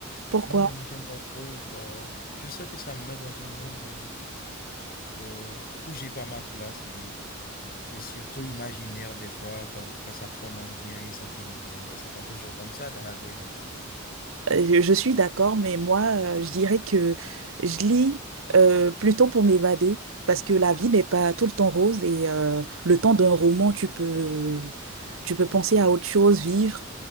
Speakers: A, on the right; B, on the left.
A: Pourquoi?
B: Non, j'aime pas trop. euh, je sais que ça me met dans un monde où, euh, où j'ai pas ma place et c'est surtout imaginaire des fois quand, quand ça commence bien et ça finit bien. ben, C'est pas toujours comme ça dans la vraie vie.
A: Euh, Je suis d'accord, mais moi, euh, je dirais que je lis euh, plutôt pour m'évader, parce que la vie n'est pas tout le temps rose et euh, le temps d'un roman, tu peux, tu peux penser à autre chose, vivre